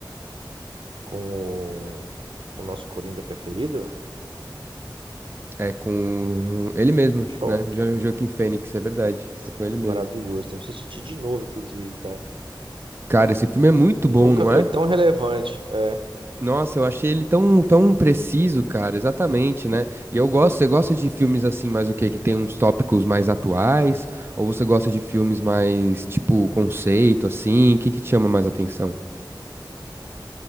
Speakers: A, on the right (about 90°); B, on the right (about 30°).
A: Com o, o nosso Coringa preferido,
B: É com ele mesmo,
A: Joker.
B: né? Jo- Joaquin Phoenix, é verdade.
A: Esse
B: É com ele
A: filme
B: mesmo.
A: maravilhoso. Tem que assistir de novo, inclusive, cara.
B: Cara, esse filme é muito
A: Nunca
B: bom, não
A: foi
B: é?
A: tão relevante. É.
B: Nossa, eu achei ele tão, tão preciso, cara, exatamente, né? E eu gosto, você gosta de filmes assim, mais o quê? Que tem uns tópicos mais atuais? Ou você gosta de filmes mais, tipo, conceito, assim? O que que te chama mais atenção?